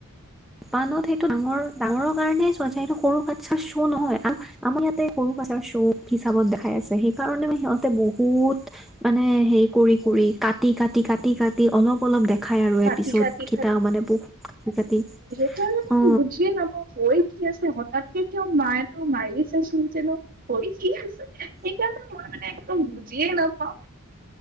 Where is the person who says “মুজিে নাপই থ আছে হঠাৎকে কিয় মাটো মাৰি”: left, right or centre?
Right